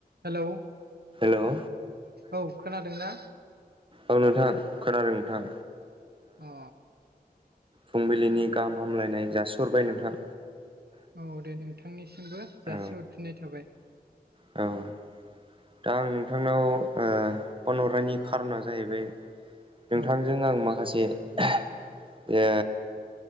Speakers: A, on the right (about 75°); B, on the right (about 30°).
A: Hello
B: हेल'
A: औ खोनादोंना?
B: औ नोंथां खोनादों नोंथां
A: अ
B: फुंबिलिनि गाहाम हामलायनाय जासिहरबाय नोंथां
A: औ दे नोंथांनिसिमबो जासि
B: औ
A: हरफिननाय थाबाय
B: औ दा आं नोंथांनाव फन हरनायनि कार'ना जाहैबाय नोंथांजों
A: औ
B: आं माखासे ओ